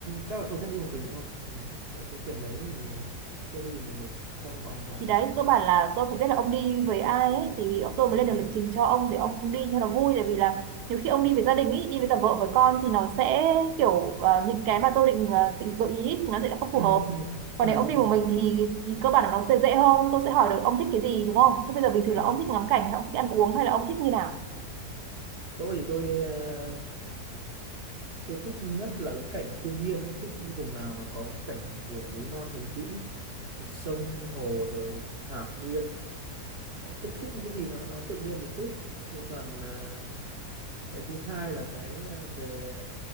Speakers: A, on the right (about 45°); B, on the right (about 80°).
A: chắc là tôi sẽ đi một mình thôi ừ. với số tiền đấy thì ờ, chưa đi được một mình trong vòng khoảng
B: thì đấy cơ bản là tôi phải biết là ông đi với ai ấy, thì tôi
A: ừ.
B: mới lên được lịch trình cho ông để ông đi cho nó vui tại vì là nhiều khi ông đi với gia đình ý, đi với cả vợ với con thì nó sẽ kiểu ờ, những cái mà tôi định ờ, định gợi ý ý, thì nó sẽ không
A: ừ
B: phù hợp
A: ừ
B: còn
A: ừ
B: nếu ông đi
A: ừ
B: một mình thì, thì cơ bản là nó sẽ dễ hơn tôi sẽ hỏi được ông thích cái gì đúng không thế bây giờ bình
A: ừ
B: thường là ông thích ngắm cảnh hay ông thích ăn uống hay là ông thích như nào
A: tôi thì tôi ờ, tôi thích nhất là cái cảnh thiên nhiên ấy. thích những vùng nào mà có cảnh kiểu núi non hùng vĩ sông hồ rồi thảo nguyên Đấy, thích thích những cái gì nó nó tự nhiên một chút thế còn ờ, cái thứ hai là cái ờ, về